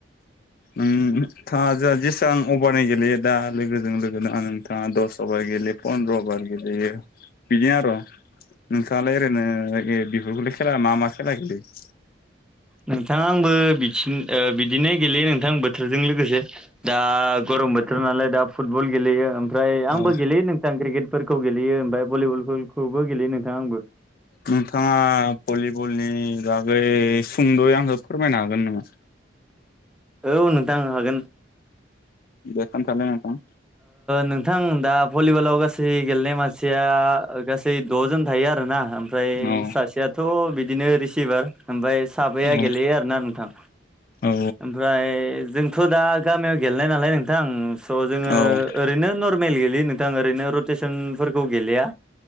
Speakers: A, on the left; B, in the centre.
A: उम नोंथाङा जोंहा जेसेबां अभारनि गेलेयो दा लोगोजों लोगोना नोंथाङा दस अभार गेले फन्द्र' अभार गेलेयो बिदि आरो नोंथाङा लाय ओरैनो ए बिफोरखौल खेला मा मा खेला गेलेयो
B: नोंथाङा आंबो बि बिदिनो गेलेयो नोंथां बोथोरजों लोगोसे दा गरम बोथोर नालाय दा फुटबल गेलेयो ओमफ्राय
A: औ
B: आंबो गेलेयो नों क्रिकेटफोरखौ गेलेयो ओमफ्राय भलिबलफोरखौबो गेलेयो नोंथां आंबो
A: नोंथाङा भलिबलनि बागै सुंद'यै आंखौ फोरमायनो हागोन नामा
B: औ नोंथां हागोन
A: दे खोनथालाय नोंथां
B: नोंथां दा भलिबलाव गासै गेलेनाय मानसिया गासै द'जोन थायो आरोना ओमफ्राय
A: औ
B: सासेयाथ' बिदिनो रिसिभार ओमफ्राय साबाया
A: औ
B: गेलेयो आरोना नोंथां
A: औ
B: ओमफ्राय जों थ' दा गामियाव गेलेनाय नालाय नोंथां स' जोङो
A: औ
B: ओरैनो नर्मेल गेलेयो नोंथां ओरैनो रटेसनफोरखौ गेलेया